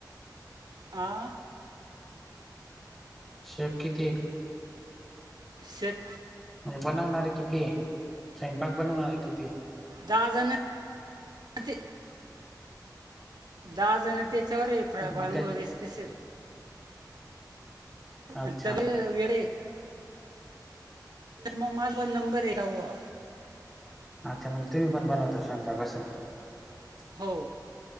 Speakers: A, on the right; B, in the centre.
A: आं
B: शेप किती.
A: शेप
B: म्हणजे बनवणार किती स्वयंपाक बनवणारे किती.
A: दहा जण ते दहा जण त्याच्यावर एक फ्राय
B: मग
A: पानभरी
B: त्या
A: स्पेशल.
B: अच्छा
A: आणि त्यांनी वडे म माझ नंबर एक आहे
B: अच्छा म्हणजे तुम्ही प बनवता स्वयंपाक असं.
A: हो.